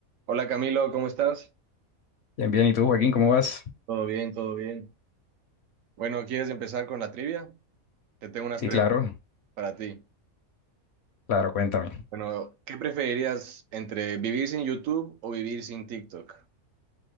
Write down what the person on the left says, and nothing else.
Bien, bien. ¿Y tú, Joaquín, cómo vas?
Sí,
claro,
claro, cuéntame.